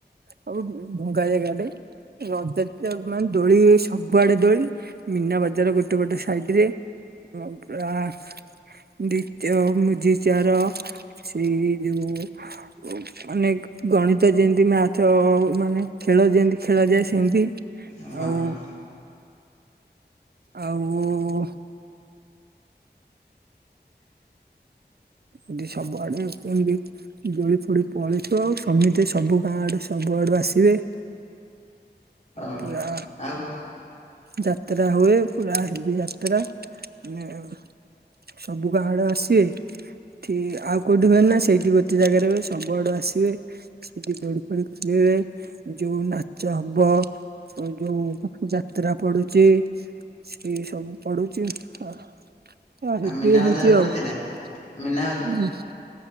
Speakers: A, on the right; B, on the left.
A: ଆଉ ଭଙ୍ଗା ଜାଗାଡେ। ରଜ ତ ମାନେ ଦୋଳି ସବୁଆଡେ ଦୋଳି ମୀନା ବଜାର ଗୋଟେ ଗୋଟେ ସାଇଡ୍ ରେ। <unintelligible> ସିଆର ସିଏ ଯୋଉ ଅନେକ ଗଣିତ ଯେମତି ମ୍ୟାଥ ମାନେ ଖେଳ ଯେମତି ଖେଳା ଯାଏ ସେମତି
B: ଓହୋ
A: ଆଉ। ଆଉ। ଏଠି ସବୁଆଡେ କେମତି ଦୋଳି ଫୋଳି ପଳେଇଥିବ ଆଉ ସମିତେ ସବୁ ଗାଁ ଆଡେ ସବୁ। କୁଆଡୁ ଆସିବେ?
B: ଓ
A: ପୁରା
B: ହୋ ଆଉ।
A: ଯାତ୍ରା ହୁଏ ପୁରା ହେବି ଯାତ୍ରା ‌। ସବୁ ଗାଁ ଆଡେ ଆସିବେ ଠିକ ଆଉ କୋଉଠି ହୁଏ ନା। ସେଇଠି ଗୋଟେ ଜାଗାରେ ହୁଏ ସବୁ ଆଡେ ଆ ଆସିବେ ସେଠି ଦୋଳି ଫୋଳି ଖେଳିବେ। ଯୋଉ ନାଚ ହବ। ହ ଯୋଉ ପାଖ ଯାତ୍ରା ପଡି ଚି ସିଏ ସବୁ ପଢୁଚି। ହଁ
B: ଆଉ
A: ହେବି
B: ମୀନା ବଜାର
A: ହଉଚି
B: ପଡ଼ିଥିଲା?
A: ଆଉ ଉଁ
B: ମୀନା